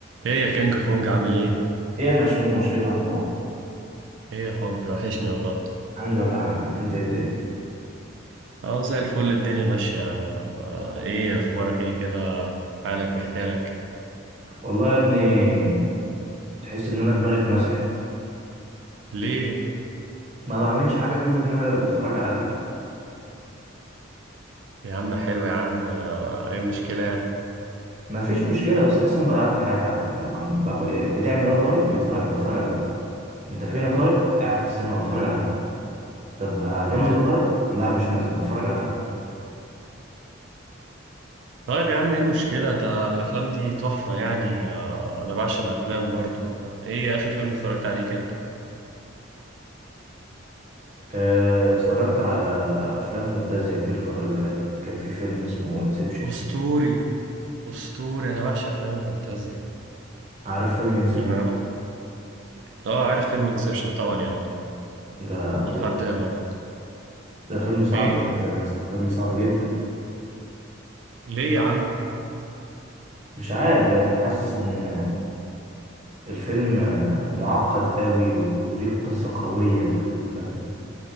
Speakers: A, on the right (about 65°); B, on the right (about 35°).
A: ايه يا كينج كونج عامل ايه؟
B: ايه يا مشموش ايه الاخبار
A: ايه يا حبي وحشني والله
B: الحمد لله يا حبيبي انت ايه الدنيا
A: اهو زي الفل الدنيا ماشية آه، ايه اخبارك ايه كده حالك محتالك
B: والله يا ابني تحس ان انا دماغي اتمسحت
A: ليه
B: ما بعملش حاجه في يومي ان انا غير بتفرج على افلام
A: يا عم حلو يا عم آه، ايه المشكلة يعني
B: ما فيش مشكله بس تحس ان ضيعت حياتي على الافلام عم باكل- بتعمل ايه يا طارق بيتفرج بتفرج على فيلم انت فين يا طارق قاعد في السينما بتفرج على فيلم طب هتنزل
A: اه
B: يا طارق لا مش نازل بتفرج على فيلم
A: طيب يا عم ايه المشكلة ده الافلام دي تحفة يعني آه، انا بعشق الافلام برضو ايه اخر فيلم اتفرجت عليه كده
B: اه، اتفرجت على افلام فانتازيا كتير الفتره اللي فاتت كان في فيلم اسمه انسبشن
A: اسطوري اسطوري انا بعشق افلام الفانتازيا
B: عارف فيلم انسبشن
A: يعني انا بح اه عارف فيلم انسبشن طبعا يعني
B: ده
A: لحد
B: بجد
A: ما
B: ده فيلم صعب
A: ايه
B: جدا يا اسطى فيلم صعب جدا
A: ليه يا عم
B: مش عارف يعني حاسس ان الفيلم معقد قوي وليه قصة قوية وكده فاهم